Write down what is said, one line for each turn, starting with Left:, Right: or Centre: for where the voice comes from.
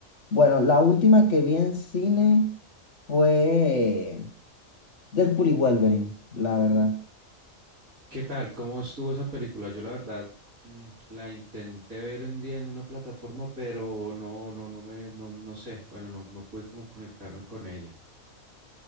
Left: bueno, la última que vi en cine fue Deadpool y Wolverine, la verdad.
Right: ¿Qué tal? ¿Cómo estuvo esa película? Yo la verdad mm, la intenté ver un día en una plataforma, pero no, no, no me, no, no sé. Bueno, no, no pude como conectarme con ella.